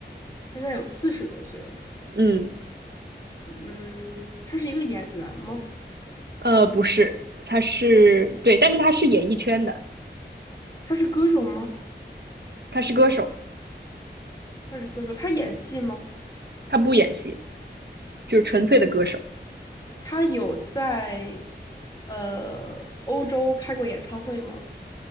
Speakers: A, on the left; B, on the right.
A: 现在有四十多岁了。
B: 嗯，
A: 嗯，他是一个演员吗？
B: 呃，不是，他是对，但是他是演艺圈的，
A: 他是歌手吗？
B: 他是歌手，
A: 他是歌手，他演戏吗？
B: 他不演戏，就是纯粹的歌手。
A: 他有在呃欧洲开过演唱会吗？